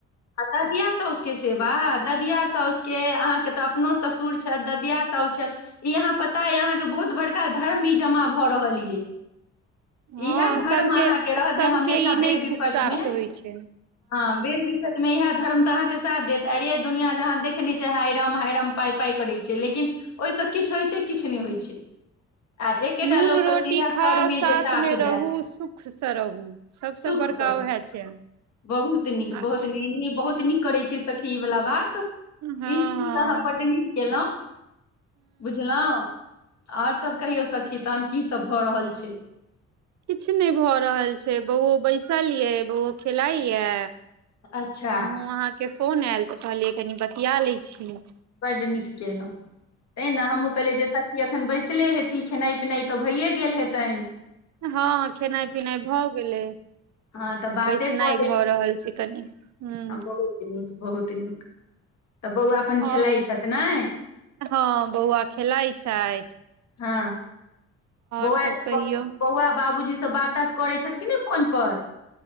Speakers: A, on the left; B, on the right.
A: ददियाआ सासु के सेवा ददिया सासु के अहाँ के तऽ अपनो ससुर छथि ददिया सासु छथि इ अहााँ पता य अहाँ के बहुत बड़का धर्म ई जमा भऽ रहल ये
B: हँ
A: इएह
B: सबके
A: धर्म अहाँके रह
B: सबके
A: जे हमे सा
B: ई
A: बेर
B: नहि सुख
A: विपट
B: प्राप्त
A: मे
B: होइ छै
A: हँ बेर विपत हिमे इएह धर्म तऽ अहाँके साथ देत आर दुनिआँ जहाँ देखने छियै हाय राम हाय राम पाइ पाइ करै छै लेकिन ओहिसँ किछु होइत छै किछु नय होइत छै आ एकेटा
B: नून
A: लोक
B: रोटी
A: कहै छै इएह
B: खाउ
A: कर्म य
B: साथ
A: जे
B: मे
A: जायत
B: रहू सुख सँ रहू सबसँ
A: सुख
B: बड़का
A: स रहु
B: उएह छै
A: बहुत
B: हँ
A: नीक बहुत इ बहुत नीक करै छै सखी इ वला बात
B: ह
A: ई चीज त अहाँ बड्ड नीक केलहु बुझलहुँ आर सब कहियो सखी तान की सब भऽ रहल छै
B: किछु नय भऽ रहल छै बौओ बैसल ये बौ खेलाइ यए
A: अच्छा
B: हमहूँ अहाँके फोन आयल तऽ कहलियै कनि बतिया लै छीय
A: ब्ड निक कलहु तैँ ने हमहँ कहलियै जे सखी एखन बैसले हेती खेनाइ पिनाइ तऽ भइए गेल हेतैं
B: हँ खेनाइ पीनाइ भऽ गेल गेलइ
A: हँ तऽ बाते
B: बैसनाइ
A: कऽ लै
B: भऽ
A: छी
B: रहल छै कनि हूँ
A: बहुत नीक बहुत नीक तऽ बौआ अपन
B: आ
A: खेलाइ छथ ने
B: हँ बौआ खेलाय छैथ
A: हँ बौआ
B: सब कहियौ
A: प बौआ बाबूजीसँ बाता तित करै छैथ कि नै फोन पर